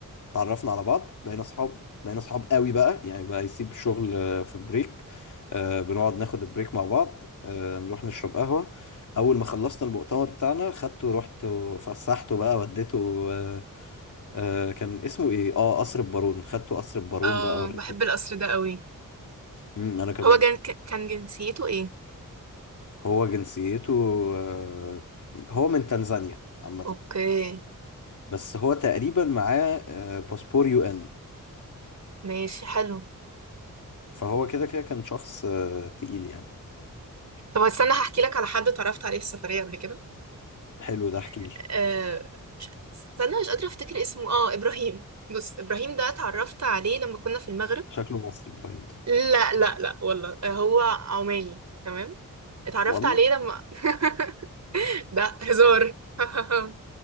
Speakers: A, on the left; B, on the right.
A: اتعرفنا على بعض بقينا اصحاب بقينا اصحاب قوي بقى يعني بقى يسيب الشغل آه، في بريك آه، بنقعد ناخد البريك مع بعض آه، نروح نشرب قهوة اول ما خلصنا المؤتمر بتاعنا خدته رحت وفسحته بقى وديته آه، آه، كان اسمه ايه اه قصر البارون خدته قصر البارون
B: اه
A: بقى وريته
B: بحب القصر ده قوي
A: امم انا كمان
B: هو كان كان جنسيته ايه
A: هو جنسيته آه، هو من تنزانيا عامة
B: اوكي
A: بس هو تقريبا معاه آه، باسبور يو ان
B: ماشي حلو
A: فهو كده كده كان شخص آه، تقيل يعني
B: طب استنى هحكي لك على حد اتعرفت عليه في السفرية قبل
A: حلو ده احكي
B: كده
A: لي
B: استنى مش قادرة افتكر اسمه اه ابراهيم بص ابراهيم ده اتعرفت عليه لما كنا في المغرب
A: شكله مصري ابراهيم ده
B: لا لا لا والله آه، هو عماني تمام اتعرفت
A: والله
B: عليه لما <laughs> ده هزار <laughs>